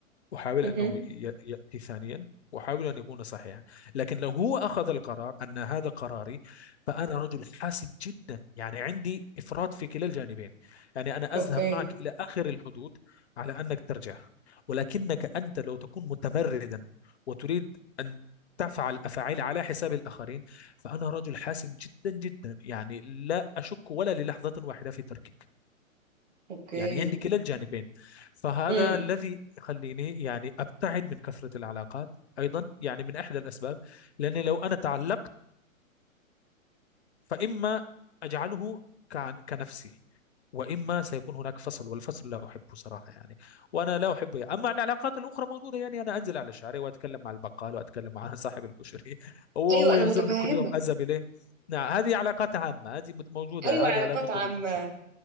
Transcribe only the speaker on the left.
أحاول
أنه ي- يأتي ثانيا وأحاول أن يكون صحيحا لكن لو هو أخذ القرار أن هذا قراري فأنا رجل حاسم جدا يعني عندي إفراط في كلا الجانبين يعني أنا
أذهب معك إلى آخر الحدود على أنك ترجع ولكنك أنت لو تكون متمردا وتريد أن تفعل أفعال على حساب الآخرين فأنا رجل حاسم جدا جدا يعني لا أشك ولا للحظة واحدة في تركك
يعني عندي كلا الجانبين فهذا
الذي يخليني يعني أبتعد من كثرة العلاقات أيضا يعني من إحدى الأسباب لأني لو أنا تعلقت فإما أجعله كعن- كنفسي وإما سيكون هناك فصل والفصل لا أحبه صراحة يعني وأنا لا أحبه يعني. أما العلاقات الأخرى موجودة يعني أنا أنزل على الشارع وأتكلم مع البقال وأتكلم مع صاحب الكشري <laughs> وهو
ينظرني
كل يوم أذهب إليه نعم هذه علاقات عامة هذه موجودة
هذا لابد
للبشر